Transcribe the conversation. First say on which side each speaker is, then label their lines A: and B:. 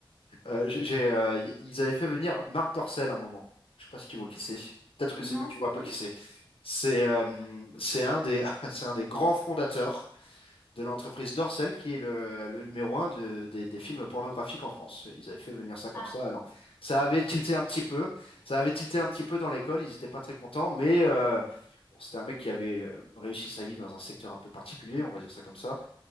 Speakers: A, on the left; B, on the left.
A: euh, j'ai, j'ai, euh, y- ils avaient fait venir Marc Dorcel à un moment. Je sais pas si tu vois qui c'est. Peut-être que
B: Non,
A: c'est mieux que
B: c'est
A: tu vois
B: qui?
A: pas qui c'est. C'est euh, c'est un des, <laughs> c'est un des grands fondateurs de l'entreprise Dorsel, qui est le, le numéro un de- des, des films pornographiques en France. Ils avaient fait venir ça comme
B: Ah,
A: ça. Alors, ça avait tilté un petit peu. Ça avait tilté un petit peu dans l'école. Ils n'étaient pas très contents, mais euh, bon, c'était un mec qui avait euh, réussi sa vie dans un secteur un peu particulier, on va dire ça comme ça.